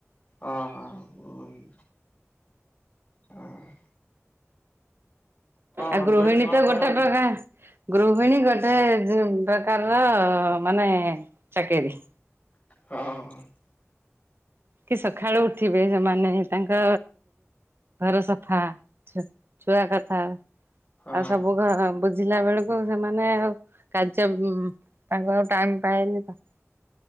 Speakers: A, on the left; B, on the right.
A: ଅହଁଗୃହି ହଁ। ହଜବେଣ୍ଡ
B: ଆଉ ଗୃହିଣୀ
A: କଣ
B: ତ
A: କରନ୍ତି?
B: ଗୋଟେ ପ୍ରକାର। ଗୃହିଣୀ ଗୋଟେ ପ୍ରକାର ର ମାନେ ଚାକିରୀ।
A: <unintelligible>
B: କି ସକାଳୁ ଉଠିବେ ସେମାନେ ତାଙ୍କ ଘର ସଫା ଛୁଆ କଥା ଆଉ
A: ହଁ।
B: ସବୁ ଘର ବୁଝିଲା ବେଳକୁ ସେମାନେ ଆଉ କାର୍ଯ୍ୟ ତାଙ୍କୁ ଆଉ ଟାଇମ ପାଏନି ତ।